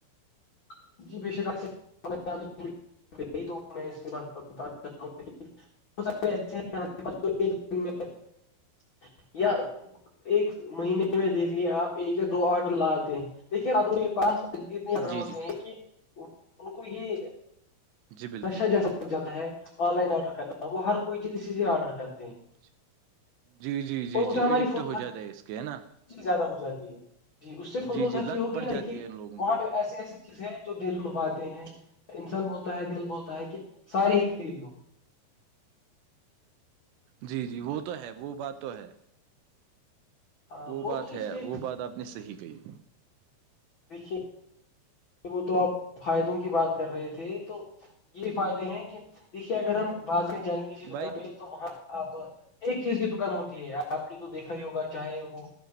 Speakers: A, on the left; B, on the right.
A: <unintelligible> <unintelligible> <unintelligible> ایک مہینے میں دیکھ لیے آپ ایک یا دو آرڈر لاتے ہیں دیکھیے آد کے پاس اتنے ارڈر
B: جی
A: ہوتے
B: جی
A: ہیں کہ ان کو یہ
B: جی بالکل
A: نشہ جیسا لگ جاتا ہے آن لائن آرڈر کرنا وہ ہر کوئی چیز اسی سے آرڈر کرتا
B: <inaudible> جی جی جی
A: اور اسے
B: جی
A: ہماری
B: ایڈکٹ
A: فوکس
B: ہو جاتا ہے اس کے ہے نا
A: زیادہ ہو جاتی ہے جی اس سے فضول
B: جی جی
A: خرچی
B: لت
A: ہوگی
B: پڑ
A: نا دیکھی
B: جاتی ہے ان لوگوں
A: وہاں
B: کو
A: پہ ایسی ایسی چیز ہے جو دل لوبھاتے ہیں انسان بولتا ہے دل بولتا ہے کہ سارے ہی خرید لو
B: جی جی وہ تو ہے وہ بات تو ہے
A: ہاں
B: وہ بات
A: تو
B: ہے
A: اس کے
B: وہ بات آپ نے صحیح کہی
A: دیکھیے وہ تو آپ فائدوں کی بات کر رہے تھے تو یہ فائدے ہیں کہ دیکھیے اگر ہم باس میں جائیں گے کسی دوکان
B: بھائی
A: پہ تو وہاں آپ ایک چیز کی دوکان ہوتی ہے آپ نے تو دیکھا ہی ہوگا چاہے وہ